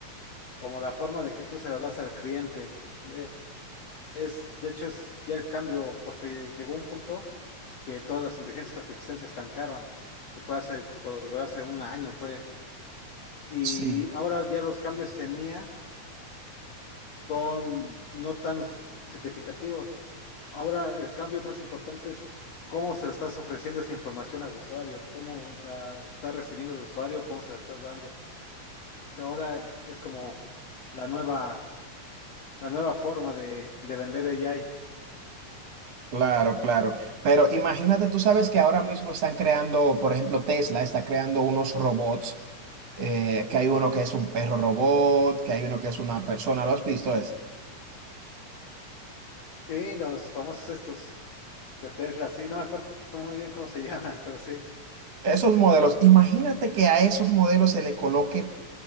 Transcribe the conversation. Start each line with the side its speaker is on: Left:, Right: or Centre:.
Left: como la forma de que tú se la das al cliente. Eh, Es, de hecho, es ya el cambio, porque llegó un punto que todas las inteligencias artificiales se estancaron, que fue hace, por lo regular, hace un año fue. Y
Right: Sí.
Left: ahora ya los cambios en IA son no tan significativos. Ahora el cambio más importante es cómo se le estás ofreciendo esa información al usuario, cómo la está recibiendo el usuario, cómo se la estás dando. que ahora es como la nueva, la nueva forma de, de vender AI.
Right: Claro, claro. Pero imagínate, tú sabes que ahora mismo están creando, por ejemplo, Tesla está creando unos robots, eh, que hay uno que es un perro robot, que hay uno que es una persona, ¿lo has visto ese?
Left: Sí, los famosos estos de Tesla, sí, no me acuerdo muy bien cómo se <laughs> llaman, pero sí.
Right: Esos modelos, imagínate que a esos modelos se le coloque